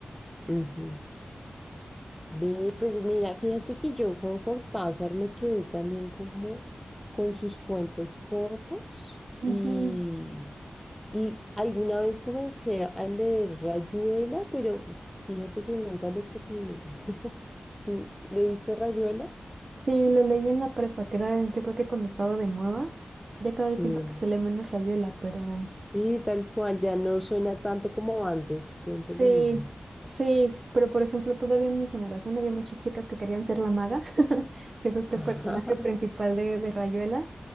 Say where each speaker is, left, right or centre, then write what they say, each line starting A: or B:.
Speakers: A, in the centre; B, on the right (about 60°).
A: Ujú. Ve, pues mira, fíjate que yo con Cortázar me quedé también como con sus cuentos cortos y,
B: Ujú.
A: y alguna vez comencé a leer Rayuela, pero fíjate que nunca lo terminé. <laughs> ¿Tú leíste Rayuela?
B: Sí, lo leí en la prepa, que era yo creo que cuando estaba de moda, ya cada
A: Sí,
B: vez siento que se lee menos Rayuela, pero
A: sí, tal cual, ya no suena tanto como antes, siento
B: Sí,
A: lo mismo.
B: sí, pero por ejemplo, todavía en mi generación había muchas chicas que querían ser la maga, <laughs> que es este
A: <laughs>
B: personaje principal de, de Rayuela.